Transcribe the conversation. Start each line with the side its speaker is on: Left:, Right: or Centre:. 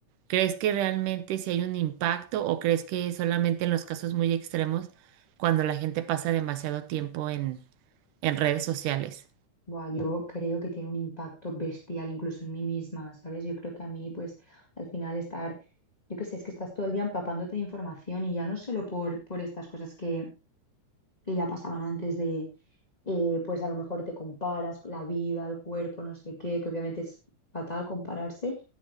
Right: ¿Crees que realmente si hay un impacto o crees que solamente en los casos muy extremos, cuando la gente pasa demasiado tiempo en, en redes sociales?
Left: Buah, yo creo que tiene un impacto bestial incluso en mí misma, ¿sabes? Yo creo que a mí, pues al final estar, yo qué sé, es que estás todo el día empapándote de información y ya no solo por, por estas cosas que, que ya pasaban antes de eh, pues a lo mejor te comparas con la vida, el cuerpo, no sé qué, que obviamente es fatal compararse,